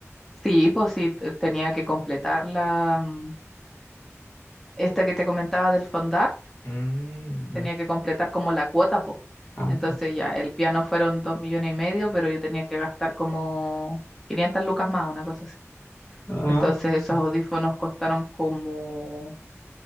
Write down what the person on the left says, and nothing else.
Mm, no,
ah,
ah,
mm,